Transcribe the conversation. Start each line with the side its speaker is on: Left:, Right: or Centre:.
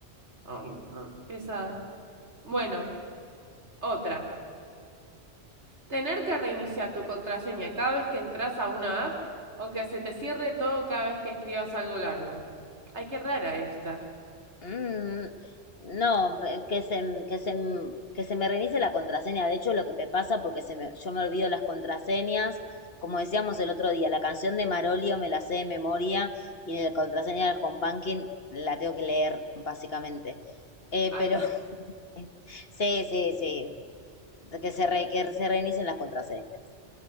Right: Ay, no, pesada. Bueno, otra. Tener que reiniciar tu contraseña cada vez que entras a una app o que se te cierre todo cada vez que escribas algo largo. Ay, qué rara esta.
Left: Mm, no, pe- que se, m- que se, m- que se me reinicie la contraseña. De hecho, lo que me pasa, porque se me, yo me olvido las contraseñas, como decíamos el otro día, la canción de Marolio me la sé de memoria y la contraseña del home banking la tengo que leer, básicamente. Eh,
Right: Ay,
Left: pero
Right: sí.
Left: <laughs> sí, sí, sí, que se, re, que se reinicien las contraseñas.